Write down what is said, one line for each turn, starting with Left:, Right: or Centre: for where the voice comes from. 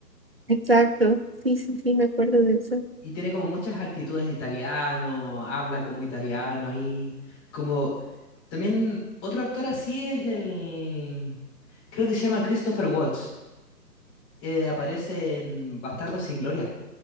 Right: exacto. Sí, sí, sí, me acuerdo de eso.
Left: Y tiene como muchas actitudes de italiano, habla como italiano ahí. Como también otro actor así es el... Creo que se llama Christopher Waltz. Eh, aparece en Bastardo sin Gloria.